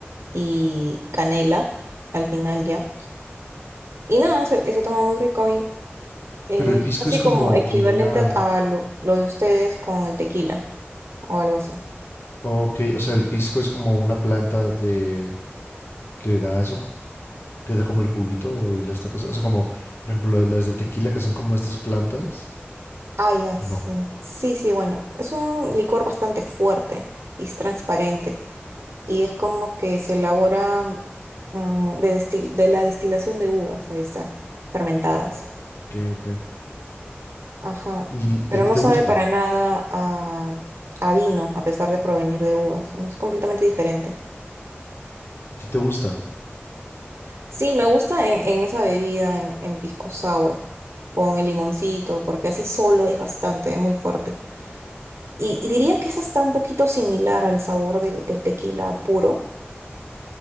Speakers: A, on the right; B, on the left.
A: y canela al final ya. Y nada, se, se toma muy rico ahí Es
B: Pero el pisco
A: casi
B: es como,
A: como equivalente
B: como una...
A: a, a lo, lo de ustedes con el tequila o algo así.
B: Ok, o sea, el pisco es como una planta de... que da eso, que da como el juguito o el- esta cosa, o sea, como, por ejemplo, las de tequila que son como estas plantas.
A: Ah, ya
B: ¿o
A: sí.
B: No.
A: Sí, sí, bueno, es un licor bastante fuerte y es transparente y es como que se elabora mm, de, destil- de la destilación de uvas, ahí está, fermentadas.
B: Oh, Ok, ok.
A: Ajá,
B: ¿Y, y
A: pero
B: a ti
A: no
B: te
A: sabe
B: gusta?
A: para nada a, a vino a pesar de provenir de uvas, sino es completamente diferente.
B: ¿A ti te gusta?
A: Sí, me gusta en, en esa bebida, en, en pisco sour, con el limoncito, porque así solo es bastante, es muy fuerte. Y, y diría que esa está un poquito similar al sabor del, del tequila puro.